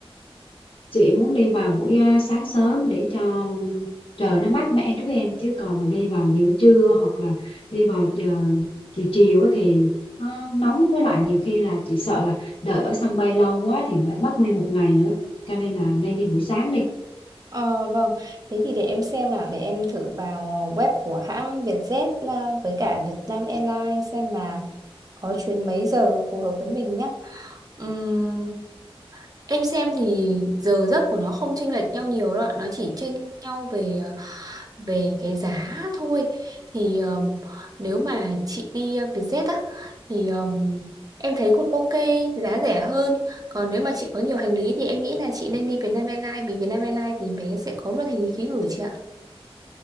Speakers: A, on the left; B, on the right.
A: chị muốn đi vào buổi à, sáng sớm để cho trời nó mát mẻ chút em chứ còn mà đi vào giữa trưa hoặc là đi vào giờ chiều chiều á thì nó nóng với lại nhiều khi là chị sợ là đợi ở sân bay lâu quá thì lại mất nguyên một ngày nữa cho nên là nên đi buổi sáng đi
B: Ờ, vâng, thế thì để em xem nào. Để em thử vào ờ, web của hãng Vietjet ờ, với cả Vietnam Airlines xem là có chuyến mấy giờ phù hợp với mình nhé. Ừm, em xem thì giờ giấc của nó không chênh lệch nhau nhiều đâu ạ. Nó chỉ chênh nhau về ờ, về cái giá thôi thì ờm, nếu mà chị đi ờ, Vietjet á thì ờm, em thấy cũng ok giá rẻ hơn còn nếu mà chị có nhiều hành lý thì em nghĩ là chị nên đi Vietnam Airlines vì Vietnam Airlines thì bé sẽ có luôn hành lý ký gửi chị ạ